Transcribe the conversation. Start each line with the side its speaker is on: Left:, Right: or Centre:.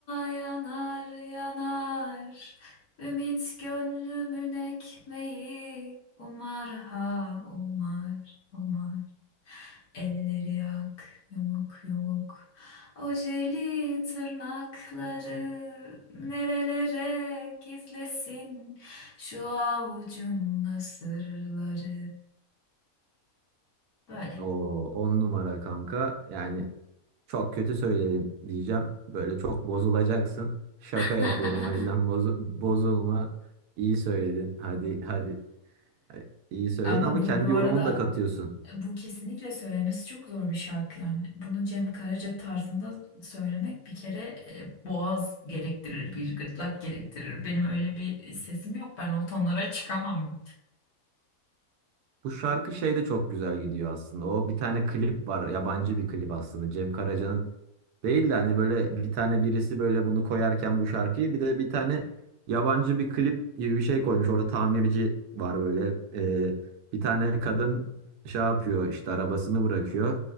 Left: yanar yanar. Ümit gönlümün ekmeği. Umar ha umar umar. Elleri yak, yumuk yumuk. Ojeli tırnakları nerelere gizlesin şu avucun sırları Böyle.
Right: O on numara kanka yani çok kötü söyledin diyeceğim. Böyle çok bozulacaksın. Şaka
Left: <laughs>
Right: yapıyorum o yüzden bozu- bozulma. İyi söyledin. Hadi hadi. İyi söyledin
Left: Ama
Right: ama
Left: bu
Right: kendi
Left: bu
Right: yorumunu
Left: arada
Right: da katıyorsun.
Left: bu kesinlikle söylemesi çok zor bir şarkı yani. Bunu Cem Karaca tarzında söylemek bir kere e, boğaz gerektirir, bir gırtlak gerektirir. Benim öyle bir sesim yok. Ben o tonlara çıkamam.
Right: Bu şarkı şeyde çok güzel gidiyor aslında. O bir tane klip var. Yabancı bir klip aslında. Cem Karaca'nın Değil de hani böyle bir tane birisi böyle bunu koyarken bu şarkıyı bir de bir tane yabancı bir klip gibi bir şey koymuş. Orada tamirci var böyle. Ee, bir tane kadın şey yapıyor işte arabasını bırakıyor.